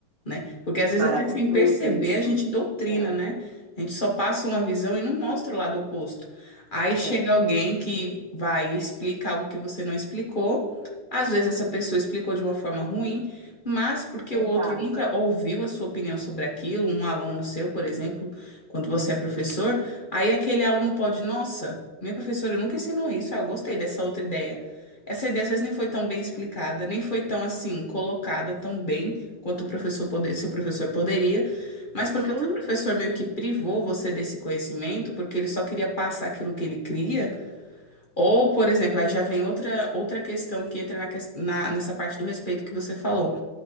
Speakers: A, on the left; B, on the right.
A: né? Porque às
B: Maravilhoso
A: vezes até sem perceber
B: isso.
A: a gente doutrina,
B: É,
A: né? A gente só passa uma visão e não mostra o lado oposto. Aí chega
B: é,
A: alguém que vai e explica algo que você não explicou. Às vezes essa pessoa explicou de uma forma ruim, mas porque
B: verdade.
A: o outro nunca ouviu a sua opinião sobre aquilo, um aluno seu, por exemplo, quando você é professor, Aí aquele aluno pode, nossa, minha professora nunca ensinou isso, ah, eu gostei dessa outra ideia. Essa ideia às vezes nem foi tão bem explicada, nem foi tão assim colocada tão bem quanto o professor poder, seu professor poderia,
B: Sim,
A: mas porque o seu professor meio que privou você desse conhecimento, porque ele só queria passar aquilo que ele cria, ou, por exemplo, aí já vem outra outra questão que entra na, ques- na- nessa parte do respeito que você falou.